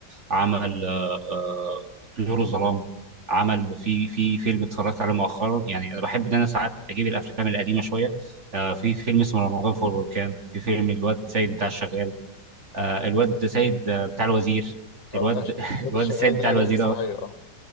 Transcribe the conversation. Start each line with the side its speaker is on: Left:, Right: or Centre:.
Right: عمل آه، آه، طيور الظلام عمل في في فيلم اتفرجت عليه مؤخرا يعني انا بحب ان انا ساعات اجيب الافلام القديمه شويه آه، في فيلم اسمه رمضان فوق البركان في فيلم الواد سيد بتاع الشغال آه، الواد سيد آه، بتاع الوزير
Left: اه
Right: الواد
Left: بتاع ش- الاستاذ
Right: <laughs> الواد
Left: الشغال
Right: السيد بتاع
Left: ده
Right: الوزير
Left: ده المسرحيه اه